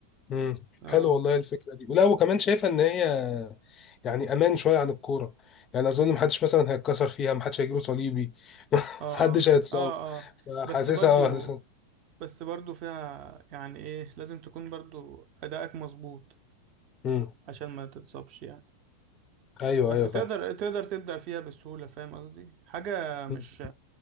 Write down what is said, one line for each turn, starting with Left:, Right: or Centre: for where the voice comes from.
Left: امم
Right: اه
Left: حلو والله الفكره دي ولا وكمان شايفه ان هي يعني امان شويه عن الكوره يعني اظن محدش مثلا هيتكسر فيها محدش هيجيله صليبي <laughs>
Right: اه
Left: محدش هيتصاب
Right: اه اه بس
Left: حاسسها
Right: برضو
Left: اه حاسسها
Right: بس برضو فيها يعني ايه لازم تكون برضو أدائك مظبوط
Left: امم
Right: عشان ما تتصابش يعني
Left: ايوه
Right: بس
Left: ايوه
Right: تقدر
Left: فاهم
Right: تقدر تبدأ فيها بسهولة فاهم قصدي حاجة مش
Left: مم.